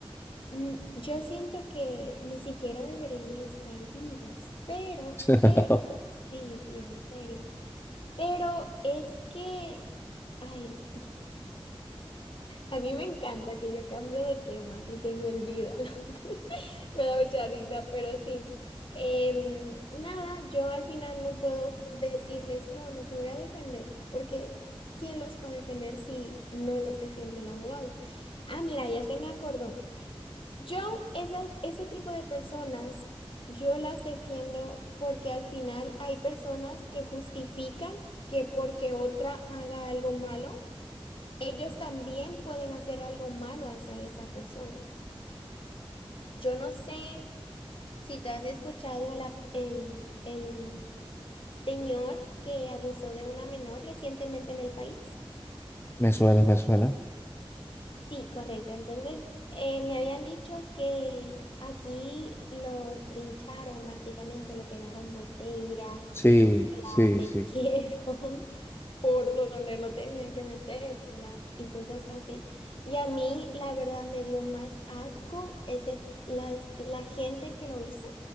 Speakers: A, on the left; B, on the left.
A: Mm, Yo siento que ni siquiera deberían estar vivos, pero,
B: <laughs>
A: pero, sí, sí, en serio, pero es que, ay, a mí me encanta que yo cambio de tema, si se me olvida. <laughs> Me da mucha risa, pero sí. Em, nada, yo al final no puedo decirles, no, no te voy a defender, porque ¿quién los va a defender si no los defiende el abogado? Ah, mira, ya se me acordó. Yo, esa- ese tipo de personas, yo las defiendo porque al final hay personas que justifican que porque otra haga algo malo ellos también pueden hacer algo malo hacia esa persona. Yo no sé si tú has escuchado la, el, el señor que abusó de una menor recientemente en el país.
B: Me suena, me suena.
A: Sí, correcto. Entonces, eh, me habían dicho que aquí lo trincharon, básicamente, le pegaron botellas,
B: Sí, sí,
A: la metieron
B: sí.
A: <laughs> por donde no tenían que metérsela y cosas así. Y a mí, la verdad, me dio más asco ese, las, la gente que lo hizo